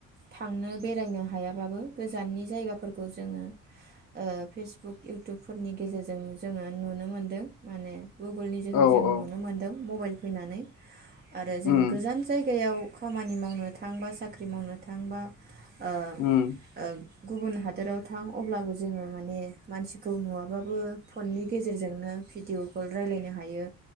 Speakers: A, on the right; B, on the left.
A: थांनो बेरायनो हायाबाबो गोजाननि जायगाफोरखौ जोङो ओ फेसबुक इउटुबफोरनि गेजेरजों जोङो नुनो मोनदों माने गुगोलनि जोहै
B: औ
A: जों
B: औ
A: नुनो मोनदों मबाइल फैनानै आरो जों
B: उम
A: गोजान जायगायाव खामानि मावनो थांबा साख्रि मावनो थांबा ओ
B: उम
A: ओं गुबुन हादोराव थां अब्लाबो जोङो माने मानसिखौ नुवाबाबो फननि गेजेरजोंनो भिडिअ कल रायलायनो हायो